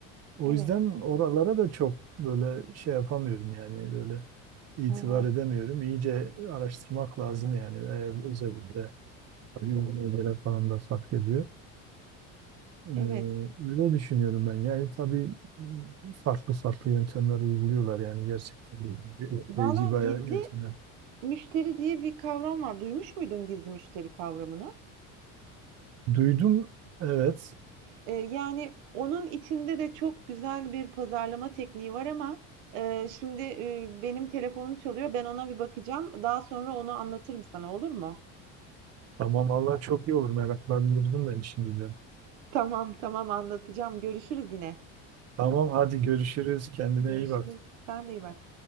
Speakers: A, on the right; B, on the right.
A: O
B: evet.
A: yüzden oralara da çok böyle şey yapamıyorum yani böyle itibar
B: Hı hı,
A: edemiyorum. İyice araştırmak lazım yani eğer özellikle günümüze göre falan da fark ediyor. E,
B: evet.
A: öyle düşünüyorum ben. Yani tabii farklı farklı yöntemler uyguluyorlar yani gerçekten etkileyici
B: Valla
A: bayağı
B: gizli
A: yöntemler.
B: müşteri diye bir kavram var. Duymuş muydun gizli müşteri kavramını?
A: Duydum evet.
B: Ee, yani onun içinde de çok güzel bir pazarlama tekniği var ama e, şimdi e, benim telefonum çalıyor. Ben ona bir bakacağım. Daha sonra onu anlatırım sana olur mu?
A: Tamam valla çok iyi olur meraklandırdın beni şimdi de.
B: Tamam, tamam anlatacağım. Görüşürüz yine.
A: Tamam hadi görüşürüz kendine
B: Görüşürüz.
A: iyi bak.
B: Sen de iyi bak.